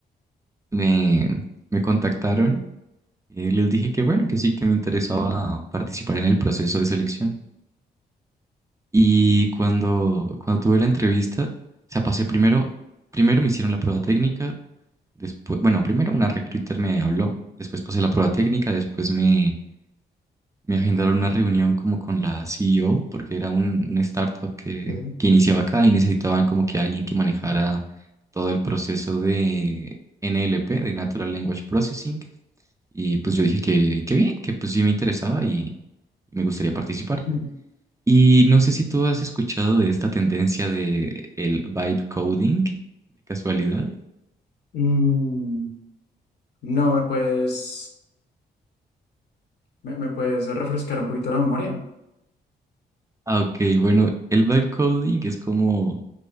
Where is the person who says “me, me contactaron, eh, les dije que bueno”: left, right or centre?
Right